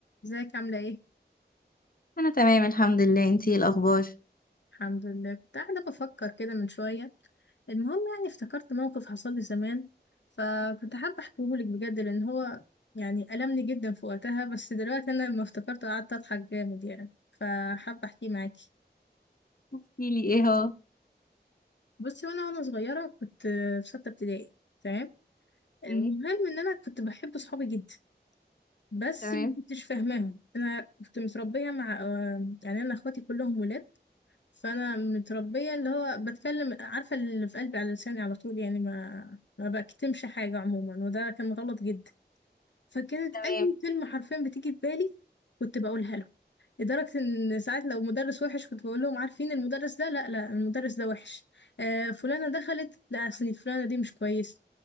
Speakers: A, on the left; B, on the left.
A: ازيك عاملة ايه؟
B: انا تمام الحمد لله انتي إيه الاخبار
A: الحمد لله كنت قاعدة بفكر كده من شوية المهم يعني افتكرت موقف حصل لي زمان فكنت حابة احكيهولك بجد لأن هو يعني ألمني جدا في وقتها بس دلوقتي أنا لما افتكرته قعدت أضحك جامد يعني فحابة أحكيه معاكي
B: احكي لي ايه هو
A: بصي وأنا وأنا صغيرة كنت في ستة ابتدائي تمام المهم
B: اوكي
A: إن أنا كنت بحب صحابي جدا بس
B: تمام
A: ما كنتش فاهماهم أنا كنت متربية مع آه، يعني أنا أخواتي كلهم ولاد فانا متربيه اللي هو بتكلم عارفه اللي في قلبي على لساني على طول يعني ما ما بكتمش حاجه عموما وده كان غلط جدا فكانت
B: تمام
A: اي كلمه حرفيا بتيجي في بالي كنت بقولها له لدرجه ان ساعات لو مدرس وحش كنت بقول لهم عارفين المدرس ده لا لا المدرس ده وحش آه فلانه دخلت لا اصل فلانه دي مش كويسه